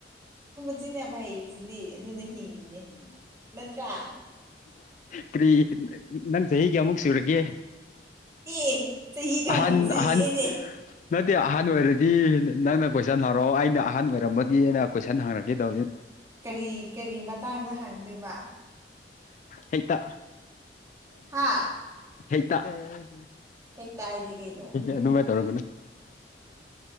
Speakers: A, on the right; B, on the left.
A: ꯀꯆꯤꯟ ꯌꯥꯝ ꯍꯩꯔꯤꯁꯤꯗꯤ ꯑꯗꯨꯅ ꯍꯤꯡꯉꯤꯅꯦ ꯅꯠꯇ꯭ꯔꯥ
B: ꯀꯔꯤ ꯅꯪ ꯆꯍꯤ ꯀꯌꯥꯃꯨꯛ ꯁꯨꯔꯒꯦ
A: ꯑꯦ ꯇ ꯏꯒꯥꯟꯁꯤꯂꯅꯦ
B: ꯑꯍꯟ ꯑꯍꯟ ꯅꯠꯇꯦ ꯑꯍꯟ ꯑꯣꯏꯔꯗꯤ ꯅꯪꯅ ꯀꯣꯏꯁꯟ ꯍꯔꯛꯑꯣ ꯑꯩꯅ ꯑꯍꯟ ꯑꯣꯏꯔꯝꯕꯅꯤ ꯑꯩꯅ ꯀꯣꯏꯁꯟ ꯍꯪꯅꯛꯀꯦꯗꯧꯅꯤ
A: ꯀꯔꯤ ꯀꯔꯤ ꯃꯇꯥꯡꯗ ꯍꯪꯗꯣꯏꯕ
B: ꯍꯛꯇ
A: ꯍꯥ
B: ꯍꯇ ꯑꯦ
A: ꯍꯦꯛꯇ ꯍꯥꯏꯗꯤ ꯀꯩꯅꯣ
B: ꯑꯗꯨꯃꯥꯏꯅ ꯇꯧꯔꯒꯅꯦ